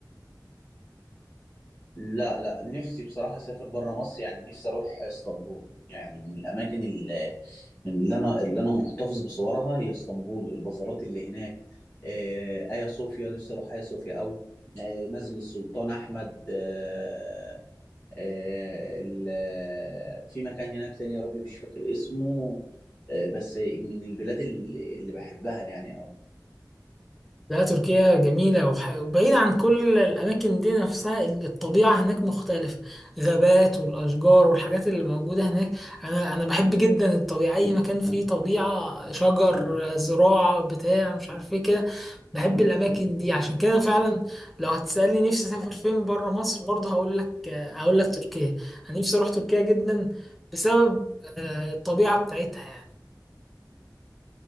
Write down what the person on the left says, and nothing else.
لا لا نفسي بصراحة أسافر بره مصر يعني نفسي أروح اسطنبول يعني من الأماكن اللي, من اللي أنا اللي أنا محتفظ بصورها هي اسطنبول البازارات اللي هناك آه آيا صوفيا نفسي أروح آيا صوفيا قوي آه مسجد السلطان أحمد آه آه، ال- في مكان هناك تاني يا ربي مش فاكر اسمه آه، بس من البلاد اللي اللي بحبها يعني أوي